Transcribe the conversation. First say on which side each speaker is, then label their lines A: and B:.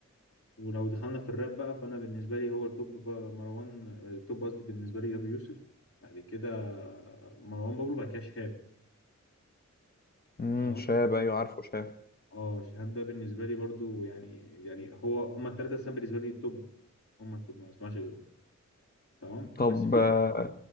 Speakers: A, on the left; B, on the left.
A: ولو دخلنا في الراب بقى فانا بالنسبه لي هو التوب بقى مروان التوب قصدي بالنسبه لي ابو يوسف بعد كده آه، مروان بابلو بعد كده شهاب
B: امم
A: تمام
B: شاب ايوه عارفه شاب
A: اه شهاب ده بالنسبه لي برضو يعني يعني هو هما الثلاثه السنه بالنسبه لي توب هما التوب ما بسمعش غيرهم تمام
B: طب
A: بس في
B: آه،